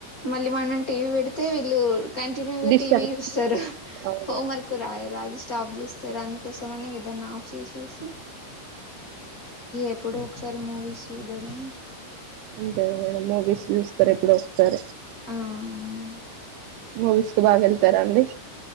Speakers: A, on the left; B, on the right.
A: మళ్ళీ మనం టీవీ పెడితే వీళ్ళు కంటిన్యూగా
B: డిస్టర్బ్
A: టీవీ చూస్తారు
B: అవును
A: హోం వర్క్ రాయ రాదు స్టాప్ చేస్ అందుకోసం అని ఇగ దాన్ని ఆఫ్ చేసేసి ఎప్పుడో ఒకసారి మూవీస్ చూడడం
B: ఉంటయ్‌ మేడం మూవీస్ చూస్తారు ఎప్పుడో ఒకసారి
A: ఆ అవును మేడం
B: మూవీస్ కు బాగా వెళ్తారాండి